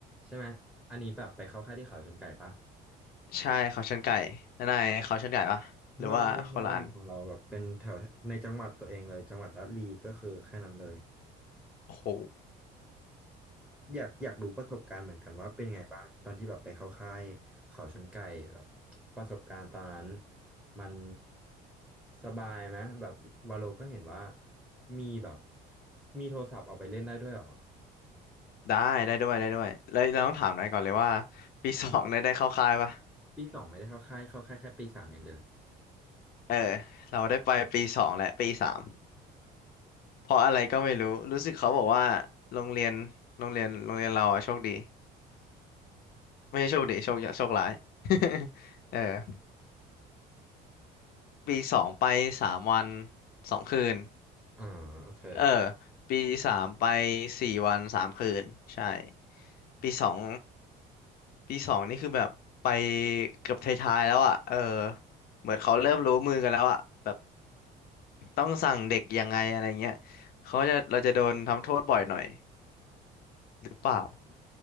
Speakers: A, in the centre; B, on the left.
A: ใช่ไหมอันนี้แบบไปเข้าค่ายที่เขาชนไก่ปะ
B: ใช่เขาชนไก่นายเขาชนไก่ปะหรือว่าคนละอัน
A: ไม่ไม่ไม่ของเราแบบเป็นแถวในจังหวัดตัวเองเลยจังหวัดระลีก็คือแค่นั้นเลย
B: โอ้โห
A: อยากอยากรู้ประสบการณ์เหมือนกันว่าเป็นไงบ้างตอนที่แบบไปเข้าค่ายเขาชนไก่แบบประสบการณ์ตอนนั้นมันสบายไหมแบบวาโลก็เห็นว่ามีแบบมีโทรศัพท์เอาไปเล่นได้ด้วยเหรอ
B: ได้ได้ด้วยได้ด้วยแล้วเราต้องถามนายก่อนเลยว่าปีสองเนี่ยได้เข้าค่ายปะ
A: ปีสองไม่ได้เข้าค่ายเข้าค่ายแค่ปีสามอย่างเดียว
B: เออเราได้ไปปีสองและปีสามเพราะอะไรก็ไม่รู้รู้สึกเขาบอกว่าโรงเรียนโรงเรียนโรงเรียนเราอะโชคดีไม่ใช่โชคดีโชคโชคร้าย <laughs> เออปีสองไปสามวันสองคืน
A: อ่าโอเค
B: เออปีสามไปสี่วันสามคืนใช่ปีสองปีสองนี่คือแบบไปเกือบท้ายๆแล้วอ่ะเออเหมือนเขาเริ่มรู้มือกันแล้วอ่ะแบบต้องสั่งเด็กยังไงอะไรเงี้ยเขาจะเราจะโดนทำโทษบ่อยหน่อยหรือเปล่า
A: อ่า